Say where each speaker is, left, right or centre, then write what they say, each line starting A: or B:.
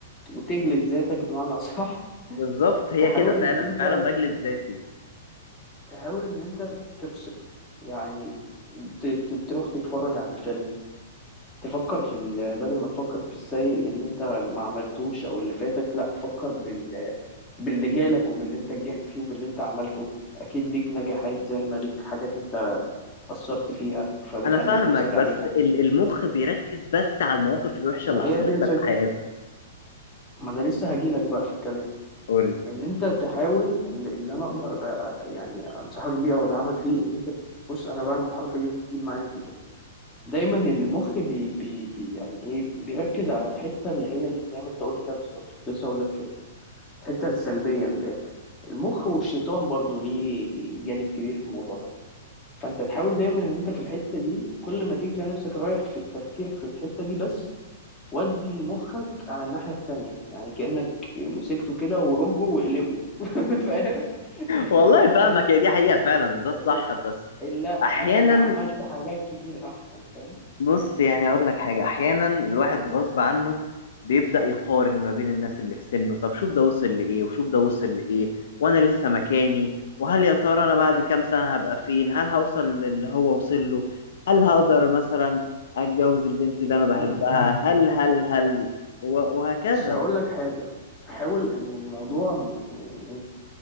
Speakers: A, on the left; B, on the left.
A: وتجلد ذاتك بمعنى اصح
B: بالظبط هي
A: تحاول
B: كده
A: ان
B: فعلا
A: انت
B: فعلا بجلد ذاتي
A: تحاول ان انت تفصل يعني ت- ت- تروح تتفرج على فيلم تفكر في ال... بدل ما تفكر في السيء اللي انت ما عملتوش او اللي فاتك لا فكر بال... باللي جالك وباللي انت نجحت فيه وباللي انت عملته اكيد ليك نجاحات زي ما ليك حاجات انت اثرت فيها فبتأنب
B: انا فاهمك
A: نفسك
B: بس
A: عليها
B: ال- المخ بيركز بس على المواقف الوحشه
A: فما
B: اللي حصلت
A: هي دي الفكرة
B: لك في حياتك
A: ما انا لسه هجيلك بقى في الكلام
B: قول
A: ان انت تحاول اللي اللي انا اقدر أ- أ- يعني انصحك بيه او ادعمك فيه ان انت بص انا بعمل الحركة دي وبتجيب معايا نتيجة دايما المخ بي بي بي يعني ايه بيركز على الحتة اللي هي اللي زي ما انت قلت كده بالظبط كنت لسه اقول لك كده الحتة السلبية من الاخر المخ والشيطان برضو ليه جانب كبير في الموضوع ده فانت تحاول دايما ان انت في الحته دي كل ما تيجي تلاقي نفسك رايح في التفكير في الحته دي بس ودي مخك على الناحيه التانية يعني كانك مسكته كده ورجه وقلبه <laughs> فاهم
B: والله
A: اللي هو
B: فاهمك
A: ايه
B: هي دي حقيقة فعلا ده الصح
A: إيه؟
B: بس
A: إيه، لا
B: أحيانا
A: انا عملت حاجات كتير احسن فاهم
B: بص
A: مم.
B: يعني أقول لك حاجة أحيانا الواحد غصب عنه بيبدأ يقارن ما بين الناس اللي في سنه طب شوف ده وصل لإيه وشوف ده وصل
A: مم.
B: لإيه وأنا لسه مكاني وهل يا ترى أنا بعد كام سنة هبقى فين هل هوصل للي هو وصل له هل هقدر مثلا أتجوز البنت اللي أنا بحبها
A: مم.
B: هل هل هل و- وهكذا
A: بس هقول لك حاجه حاول ان الموضوع م- يعني ايه